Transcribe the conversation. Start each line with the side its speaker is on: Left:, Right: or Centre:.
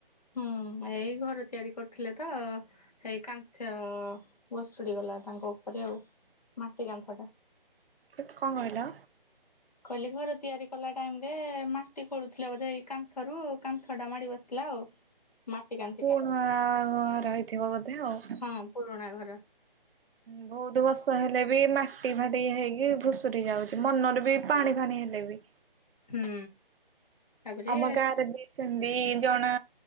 Left: ହୁଁ ଏଇ ଘର ତିଆରି କରୁଥିଲେ ତ ହେଇ କାନ୍ଥ ଭୁଶୁଡ଼ି ଗଲା ତାଙ୍କ ଉପରେ ଆଉ ମାଟି କାନ୍ଥ ଟା।
Right: କେ କଣ କହିଲ?
Left: କହିଲି ଘର ତିଆରି କଲା ଟାଇମ୍ ରେ ମାଟି ଖୋଳୁଥିଲା ବୋଧେ ଏଇ କାନ୍ଥରୁ କାନ୍ଥ ଟା ମାଡ଼ି ବସି ଥିଲା ଆଉ। ମାଟି କାନ୍ଥି ଟା
Right: ଓହୋ <unintelligible> ରହିଥିବ ବୋଧେ ଆଉ?
Left: ହଁ ପୁରୁଣା ଘର
Right: ବହୁତ ବର୍ଷ ହେଲେ ବି ମାଟି ଫାଟି ହେଇକି ଭୁଷୁୁରି ଯାଉଛି ମନରେ ବି ପାଣି ଫାଣିି ହେଲେ ବି।
Left: ହୁଁ। ତାପରେ
Right: ଆମ ଗାଁରେ ବି ସେନ୍ତି ଜଣା